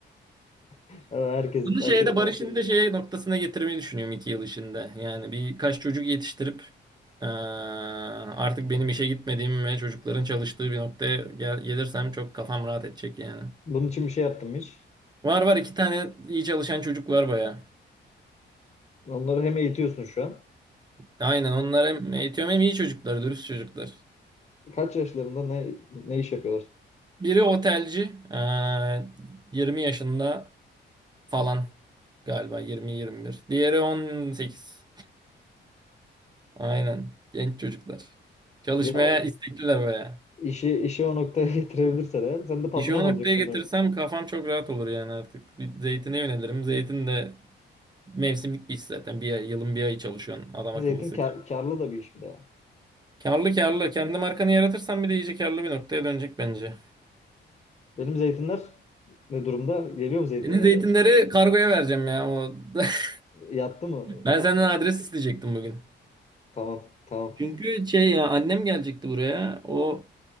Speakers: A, on the left; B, on the right.
A: Evet, Herkesin,
B: Bunu
A: herkes,
B: şeyde Barış'ın
A: herkes.
B: da şey noktasına getirmeyi düşünüyorum iki yıl içinde. Yani birkaç çocuk yetiştirip eee, artık benim işe gitmediğim ve çocukların çalıştığı bir noktaya gel gelirsem çok kafam rahat edecek yani.
A: Bunun için bir şey yaptım hiç.
B: Var var iki tane iyi çalışan çocuk var baya.
A: Onları hem eğitiyorsun şu an.
B: Aynen onlar hem eğitiyorum hem iyi çocuklar, dürüst çocuklar.
A: Kaç yaşlarında ne, ne iş yapıyorlar?
B: Biri otelci, eee, 20 yaşında falan galiba 20-21. Diğeri 18. Aynen. Genç çocuklar. Çalışmaya
A: Ya
B: istekliler baya.
A: İşi, işi o noktaya <laughs> getirebilirsen eğer sen de patron
B: İşi o
A: olacaksın
B: noktaya getirsem
A: böyle.
B: kafam çok rahat olur yani artık. Bir zeytine yönelirim. Zeytin de mevsimlik bir iş zaten. Bir ay, yılın bir ayı çalışıyorsun. Adam
A: Zeytin
B: akıllı sıkıyor.
A: kar, karlı da bir iş bir de. yani.
B: Karlı karlı. Kendi markanı yaratırsan bir de iyice karlı bir noktaya dönecek bence.
A: Benim zeytinler ne durumda? Geliyor mu zeytinyağları?
B: Senin zeytinleri kargoya vereceğim ya. O... <laughs>
A: Yattı mı?
B: Ben senden adres isteyecektim bugün.
A: Tamam, tamam.
B: Çünkü şey ya annem gelecekti buraya. O